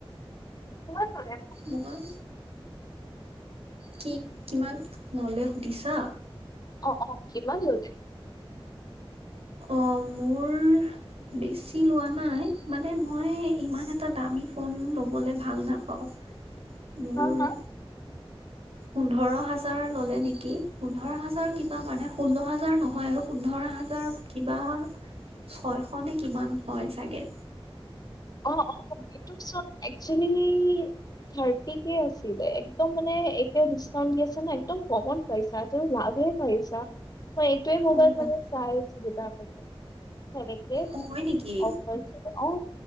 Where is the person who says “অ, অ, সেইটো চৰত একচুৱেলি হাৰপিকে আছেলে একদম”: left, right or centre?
Left